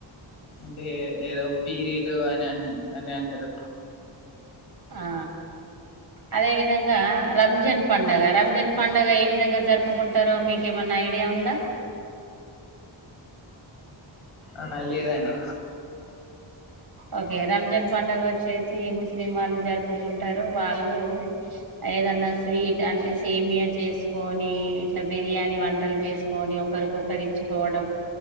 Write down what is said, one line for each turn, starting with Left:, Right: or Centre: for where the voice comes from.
Left: అంటే ఏదో పీరీలు అని అ అని అంటారు
Right: ఆ అదే విధంగా రంజన్ పంండగ రంజన్ పండుగ ఏ విధంగా జరుపుకుంటారో మీక ఏమన్నా ఐడియా ఉందా
Left: ఆహా లేదండి
Right: ఓకే రంజాన్ పండుగ వచ్చేసి ముస్లిం వాళ్ళు జరుపుకుంటారు వాళ్ళు ఏదన్నా స్వీట్ అంటే సేమియా చేసుకొని ఇట్లా బిర్యానీ వంటలు చేసుకొని ఒకరికొకరు ఇచ్చుకోవడం